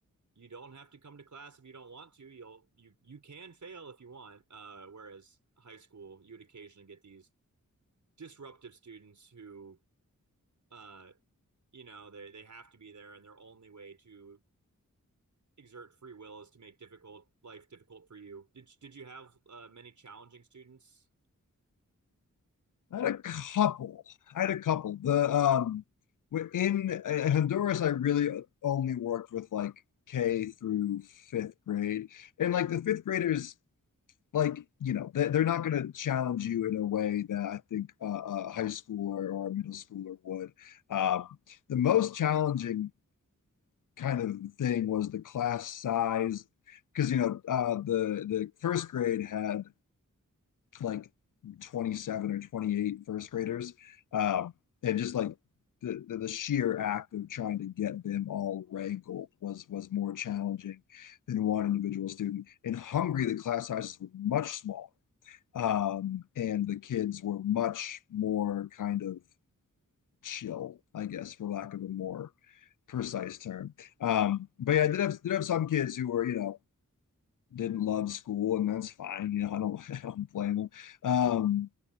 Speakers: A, on the right; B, on the left.
A: you don't have to come to class if you don't want to. You'll you you can fail if you want. Uh, whereas high school, you would occasionally get these disruptive students who uh, you know they they have to be there and their only way to exert free will is to make difficult life difficult for you. Did did you have uh, many challenging students?
B: I had a couple. I had a couple. The um w- in uh, Honduras, I really only worked with like K through fifth grade, and like the fifth graders, like you know, they, they're not going to challenge you in a way that I think uh, a high schooler or a middle schooler would. Um, the most challenging kind of thing was the class size, because you know, uh, the the first grade had like 27 or 28 first graders. Um, and just like the, the, the sheer act of trying to get them all rankled was was more challenging than one individual student. In Hungary, the class sizes were much smaller, um, and the kids were much more kind of chill, I guess, for lack of a more precise term. Um, but yeah, I did have did have some kids who were, you know, didn't love school, and that's fine. You know, I don't <laughs> I don't blame them. Um,